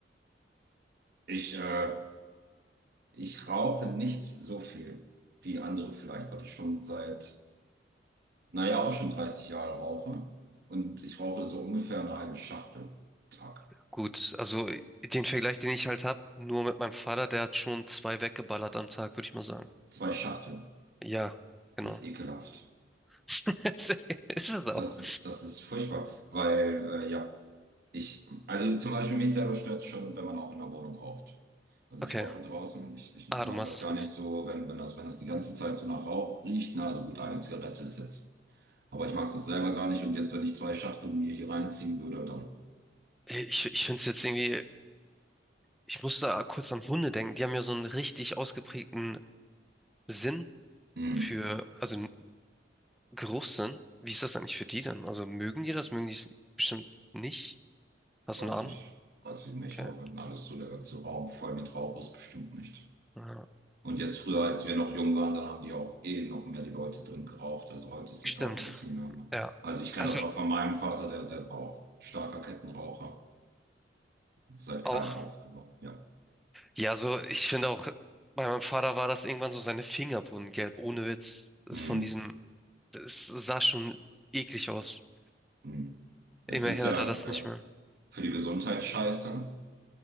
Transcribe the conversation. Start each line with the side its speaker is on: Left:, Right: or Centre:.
Right: Ich, äh, ich rauche nicht so viel wie andere vielleicht, weil ich schon seit, naja, auch schon 30 Jahre rauche. Und ich rauche so ungefähr eine halbe Schachtel am Tag.
Centre: gut? Also den Vergleich, den ich halt habe, nur mit meinem Vater, der hat schon zwei weggeballert am Tag, würde ich mal sagen.
Right: Zwei Schachteln.
Centre: Ja, genau.
Right: Das ist ekelhaft.
Centre: <laughs> Ist es auch.
Right: Das ist, das ist furchtbar, weil, äh, ja, Ich, also zum Beispiel mich selber stört es schon, wenn man auch in der Wohnung raucht. Also
Centre: Okay.
Right: ich rauche draußen, ich, ich,
Centre: Ah,
Right: ich mag
Centre: du machst
Right: das
Centre: es
Right: gar
Centre: nicht.
Right: nicht so, wenn, wenn das, wenn das die ganze Zeit so nach Rauch riecht. Na, also gut, eine Zigarette ist jetzt. Aber ich mag das selber gar nicht. Und jetzt, wenn ich zwei Schachteln mir hier reinziehen würde, dann,
Centre: Ich, ich finde es jetzt irgendwie, ich muss da kurz an Hunde denken. Die haben ja so einen richtig ausgeprägten Sinn
Right: hm,
Centre: für, also einen Geruchssinn. Wie ist das eigentlich für die dann? Also mögen die das? Mögen die es bestimmt nicht? Hast
Right: weiß
Centre: du eine Ahnung?
Right: ich, weiß ich nicht.
Centre: Okay.
Right: Aber wenn alles so der ganze Raum voll mit Rauch ist, bestimmt nicht.
Centre: Ja,
Right: Und jetzt früher, als wir noch jung waren, dann haben die auch eh noch mehr die Leute drin geraucht. Also heute ist
Centre: stimmt.
Right: das ja auch ein bisschen mehr. Ne?
Centre: Ja.
Right: Also ich kenne
Centre: Also
Right: das auch von meinem Vater, der, der war auch starker Kettenraucher. Seit
Centre: auch.
Right: klein auf, genau, ja.
Centre: Ja, so, ich finde auch, bei meinem Vater war das irgendwann so, seine Finger wurden gelb, ohne Witz. Das
Right: Hm,
Centre: ist von diesem, das sah schon eklig aus.
Right: hm. Es
Centre: Immerhin
Right: ist ja,
Centre: hat er das
Right: ja
Centre: nicht mehr.
Right: für die Gesundheit scheiße.